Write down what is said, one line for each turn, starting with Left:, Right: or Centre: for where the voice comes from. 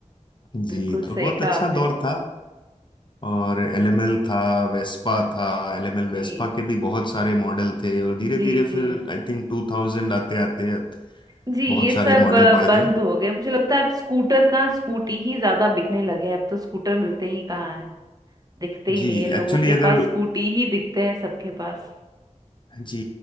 Left: जी
Right: बिल्कुल
Left: तो
Right: सही
Left: बहुत
Right: कहा
Left: अच्छा
Right: आपने
Left: दौर था और एलएमएल था वेस्पा था एलएमएल वेस्पा
Right: जी
Left: के भी बहुत सारे मॉडल थे और धीरे
Right: जी
Left: धीरे
Right: जी
Left: फिर आई थिंक टू थाउजेंड आते आते
Right: जी
Left: बहुत
Right: ये सब
Left: सारे मॉडल
Right: अ,
Left: बढ़
Right: बंद
Left: गए
Right: हो गए मुझे लगता है अब स्कूटर कहाँ स्कूटी ही ज्यादा बिकने लगे हैं अब तो स्कूटर मिलते ही कहाँ हैं दिखते ही
Left: जी
Right: नहीं है लोगों
Left: एक्चुअली
Right: के
Left: अगर
Right: पास स्कूटी ही दिखते हैं सबके पास
Left: जी